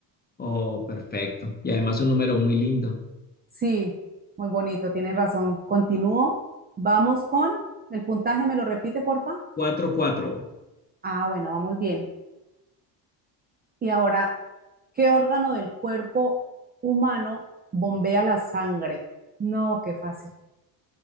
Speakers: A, on the left; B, on the right.
A: Oh, perfecto. Y además un número muy lindo.
B: Sí, muy bonito, tienes razón. Continúo. Vamos con el puntaje, ¿me lo repite, porfa?
A: cuatro cuatro.
B: Ah, bueno, vamos bien. Y ahora, ¿qué órgano del cuerpo humano bombea la sangre? No, qué fácil.